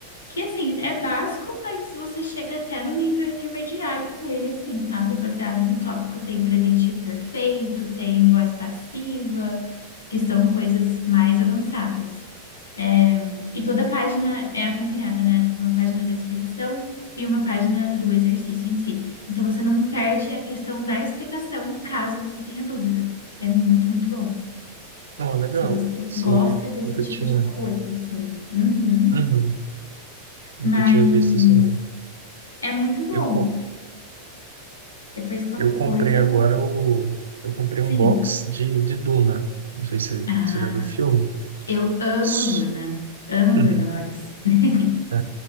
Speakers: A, on the left; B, on the right.
A: que assim, é básico, mas você chega até no nível intermediário com ele, assim, sabe? Baseado no tópico. Tem presente perfeito, tem voz passiva, que são coisas mais avançadas. É, e toda página é acompanhada, né, de uma página da explicação e uma página do exercício em si. Então você não perde a questão da explicação caso você tenha dúvida. É muito, muito bom.
B: Não, é legal.
A: Se você
B: Assim,
A: gosta
B: eu
A: desse
B: nunca
A: tipo
B: tinha,
A: de coisa, assim. Uhum.
B: uhum. Nunca
A: Mas
B: tinha visto isso não.
A: é muito bom.
B: Eu, co-
A: Depois qualquer
B: eu comprei
A: coisa,
B: agora o, eu comprei
A: sim.
B: um box de, de Duna. Não sei se
A: Ah,
B: você já viu o filme.
A: eu amo
B: S-
A: Duna. Amo
B: <laughs>
A: Duna, Maurício. <laughs>
B: É,